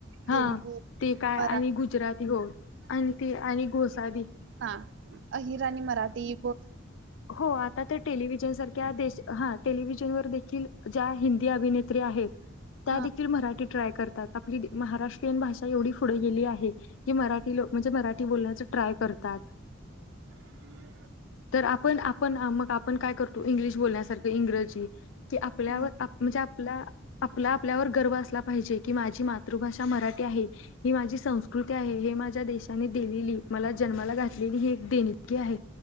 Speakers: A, on the left; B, on the right.
A: हा
B: तेलगू,
A: ते काय
B: मरा
A: आणि गुजराती हो आणि ते आणि गोसाली.
B: हा अहिरा आणि मराठी ब
A: हो आता तर टेलिव्हिजन दे हा टेलिव्हिजन वर देखील ज्या हिंदी अभिनेत्री आहेत. त्या
B: हा
A: देखील मराठी ट्राय करतात आपली महाराष्ट्रीयन भाषा एवढी पुढे गेली आहे की मठीो म्हणजे मराठी बण्याच ट्राय करतात.
B: हम्.
A: तर आपण आपण मग आपण काय करतो इंग्लिश बोलण्यासारखं इंग्रजी कि आपल्यावर
B: हा
A: म्हणजे आपला आपला आपल्यावर गर्व असला पाहिजे की माझी मात मातृभाषा मराठी आहे ही माझी संस्कृती आहे हे माझ्या देशाने दिलेली मला जन्माला घातलेली ही एक देणगी आहे